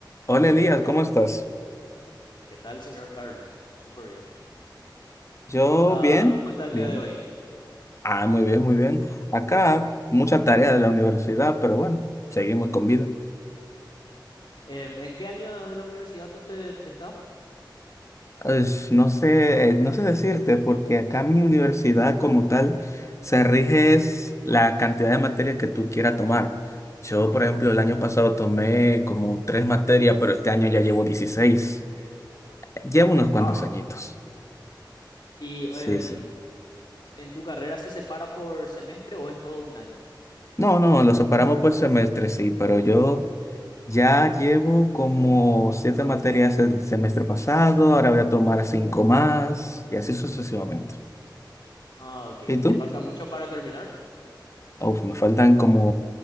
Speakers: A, on the left (about 40°); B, on the left (about 70°).
A: Hola Elías, ¿cómo estás?
B: ¿Qué tal, señor Carlos? Súper bien.
A: Yo
B: ¿Cómo está,
A: bien,
B: cómo está el
A: bien.
B: día de hoy?
A: Ah, muy bien, muy bien. Acá mucha tarea de la universidad, pero bueno, seguimos con vida.
B: Em, ¿en qué año de la universidad usted está?
A: Es- no sé, eh, no sé decirte, porque acá mi universidad como tal se rige es la cantidad de materia que tú quieras tomar. Yo, por ejemplo, el año pasado tomé como tres materias, pero este año ya llevo 16. Llevo unos cuantos
B: Ah,
A: añitos.
B: ¿y em,
A: Sí, sí.
B: en tu carrera se separa por semestre o es todo un año?
A: No, no, lo separamos por semestre, sí, pero yo ya llevo como siete materias el semestre pasado, ahora voy a tomar cinco más y así sucesivamente.
B: Ah, ok. ¿Y
A: ¿Y tú?
B: te falta mucho para terminar?
A: Uf, me faltan como